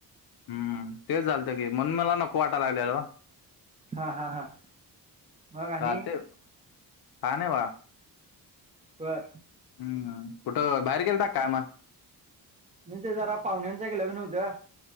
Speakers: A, on the left; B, on the right.
A: हम्म तेच झालत की म्हणून मला नको वाटा लागलेलं ओ.
B: हा हा हा मग आणी?
A: चालते का नाही बा
B: बर.
A: हम्म कुठं बाहेर गेलता काय मग?
B: इथ जरा पाहुण्यांच एक लग्न होतं